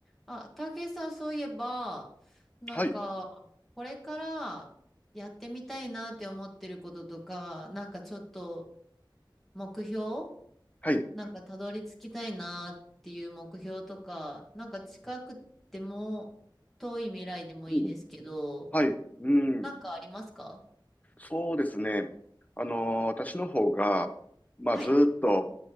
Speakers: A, in the centre; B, on the left.
A: あ、たけしさん、そういえば、なんか、
B: はい、
A: これからやってみたいなって思ってることとか、なんかちょっと目標
B: はい、
A: なんかたどり着きたいなっていう目標とか、なんか近くても遠い未来でもいいですけど、
B: うん、はい、うん、
A: なんかありますか
B: そうですね。あのー私の方が、まあ、
A: はい。
B: ずーっと